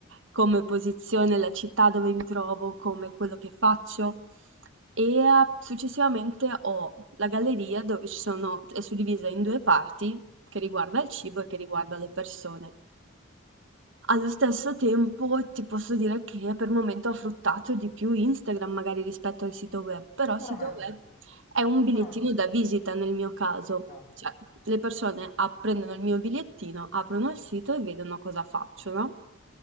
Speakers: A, on the right; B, on the left.
A: come posizione, la città dove mi trovo, come quello che faccio. E eh, successivamente ho la galleria dove ci sono, è suddivisa in due parti, che riguarda il cibo e che riguarda
B: ok.
A: le persone. Allo stesso tempo ti posso dire che per il momento ho fruttato di più Instagram magari rispetto al sito web, però
B: Sicuramente,
A: il sito web è un
B: sicuramente,
A: bigliettino da visita nel mio caso,
B: esatto,
A: cioè le persone a- prendono il mio bigliettino, aprono il sito e vedono cosa faccio, no?